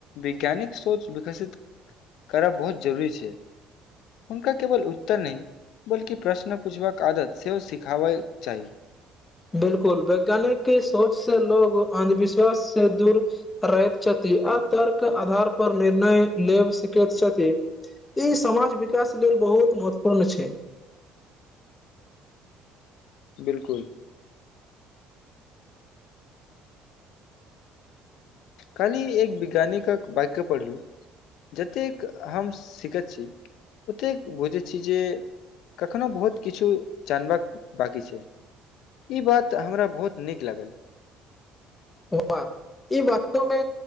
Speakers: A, on the left; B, on the left.
A: वैज्ञानिक सोच विकसित करब बहुत जरूरी छै हुनका केवल उत्तर नहि बल्कि प्रश्न पूछबाक आदत सेहो सिखाबय चाही
B: बिल्कुल वैज्ञानिक के सोच स लोग अन्धविश्वास से दूर रहैत छथि आ तर्क आधार पर निर्णय लेब सिकैत छथि ई समाज विकास लेल बहुत महत्वपूर्ण छै
A: बिल्कुल कनि एक विज्ञानिक वक्य पढ़लु जतेक हम सिखैत छी ओतेक बुझै छी ई जे कखनो बहुत किछु जानबाक बाकी छै ई बात हमरा बहुत नीक लागल
B: <inaudible> वाह <inaudible> ई वास्तव मे